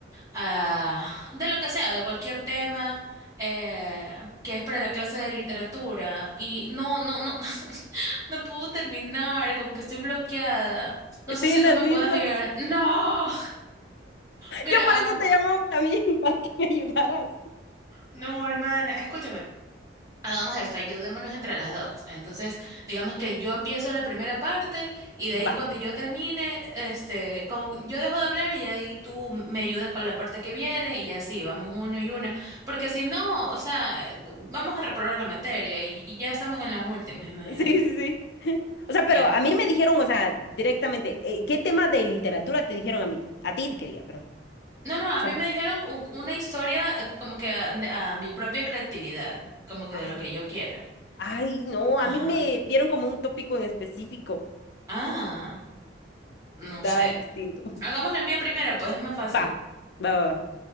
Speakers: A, on the right (about 20°); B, on the left (about 60°).
A: ah, de lo que sea, de cualquier tema, eh, que es para la clase de literatura. Y no, no, no, <laughs> no puedo terminar, como que estoy bloqueada.
B: Estoy
A: No sé si
B: en
A: tú
B: las
A: me
B: mismas.
A: puedes ayudar.
B: <laughs>
A: No, mira,
B: Yo
A: haga-
B: por eso te llamaba también, <laughs> para que me ayudaras.
A: no, hermana, escúchame. Hagamos esto, ayudémonos entre las dos. Entonces, digamos que yo empiezo la primera parte y de ahí
B: Va.
A: cuando yo termine, este, como yo dejo de hablar y de ahí tú me ayudas con la parte que viene y así, vamos uno y una. Porque si no, o sea, eh, vamos a reprobar la materia y, y ya estamos en las últimas, imagínate.
B: Sí, sí, sí. <laughs> O sea,
A: Ya.
B: pero a mí me dijeron, o sea, directamente, eh, ¿qué tema de literatura te dijeron a mí? A ti que diga, perdón.
A: No,
B: O
A: no, a
B: sea,
A: mí me dijeron un- una historia eh, como que a, a mi propia creatividad, como que
B: ah,
A: de lo que yo quiera.
B: ay, no,
A: Ajá.
B: a mí me dieron como un tópico en específico.
A: Ah, no
B: está
A: sé.
B: distinto.
A: Hagamos la mía primero, pues es más
B: <laughs>
A: fácil.
B: Va, va, va, va.